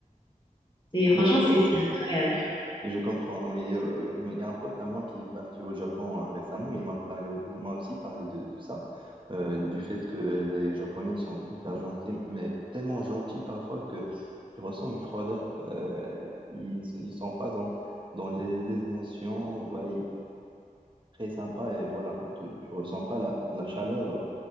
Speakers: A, on the left (about 35°); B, on the right (about 35°).
A: Et franchement,
B: Bah ouais.
A: c'est c'est incroyable.
B: Je comprends, hein, oui. Euh, euh, Il y a un pote à moi qui est parti au Japon euh, récemment. Il m'a parlé, il m'a aussi parlé de, de ça, euh, du fait que les Japonais, ils sont hyper gentils, mais tellement gentils parfois que tu ressens une froideur. Euh, ils, ils sont pas dans, dans les, les émotions. Voilà, ils- très sympa et voilà, tu, tu ressens pas la, la chaleur